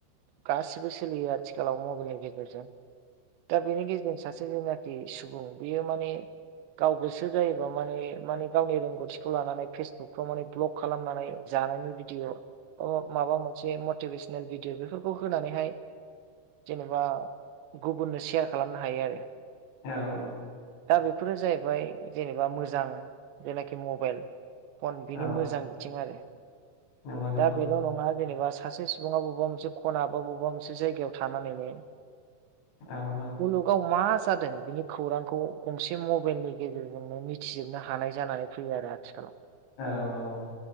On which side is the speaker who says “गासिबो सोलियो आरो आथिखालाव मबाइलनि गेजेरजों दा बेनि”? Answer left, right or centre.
Right